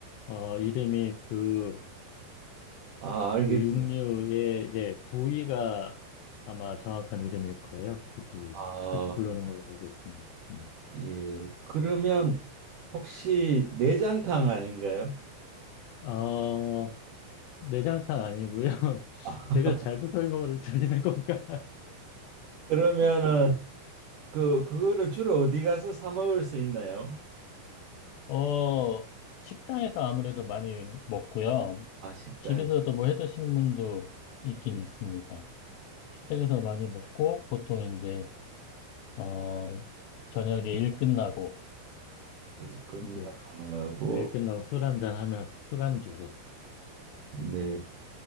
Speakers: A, on the left; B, on the right.
A: 어, 이름이 그,
B: 아, 알겠습니다.
A: 그 육류의 예, 부위가 아마 정확한 이름일 거예요. 그 부위.
B: 아,
A: 그렇게 부르는 걸로 알고 있습니다. 네.
B: 예. 그러면 혹시 내장탕 아닌가요?
A: 어, 내장탕 아니고요. <laughs>
B: 아,
A: 제가 잘못
B: <laughs>
A: 설명을 드리는 건가?
B: 그러면은 그 그거를 주로 어디 가서 사 먹을 수 있나요?
A: <laughs> 어, 식당에서 아무래도 많이 먹고요.
B: 아, 식당에
A: 집에서도 뭐 해 드시는 분도 있긴 있습니다. 식당에서 많이 먹고 보통 이제 어, 저녁에 일 끝나고,
B: 있구나
A: 네.
B: 하고
A: 네, 일 끝나고 술 한잔 하면서 술안주로,
B: 네,
A: 네.